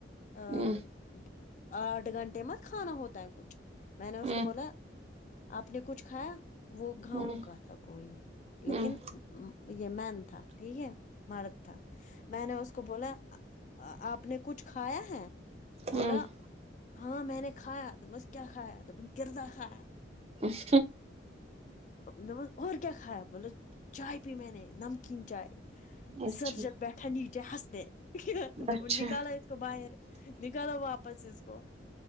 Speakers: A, on the left; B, on the right.
A: ا
B: ہوں
A: آٹھ گھنٹے مت کھانا ہوتا ہے کچھ میں نے اس
B: ہوں
A: کو بولا آپ نے کچھ کھایا وہ کھاؤ
B: ہوں
A: گا تھا کوئ لیکن
B: ہوں
A: یہ معن تھا ٹھیک مرد تھا مانے اسکو بولا آپ نے کچھ کھایا ہے بولا
B: ہوں
A: ہا مانے کھایا تو بس کیا کھایا تو گردہ کھایا
B: ہ
A: اور کیا کھایا بولے چائے پی میں نے نمکین چائے
B: اچھا
A: سرجن بیٹھا نیچے ہسنے کیا تو
B: اچھا
A: پھر نکالو اسکو بہار نکالو واپس اسکو